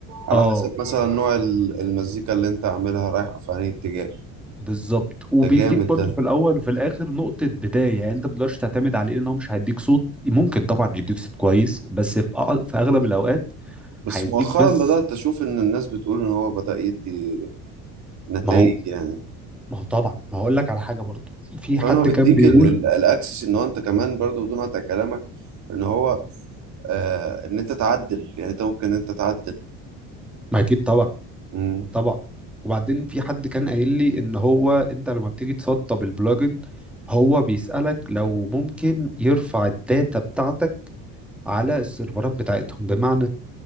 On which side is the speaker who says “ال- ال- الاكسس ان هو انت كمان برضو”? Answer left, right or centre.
Right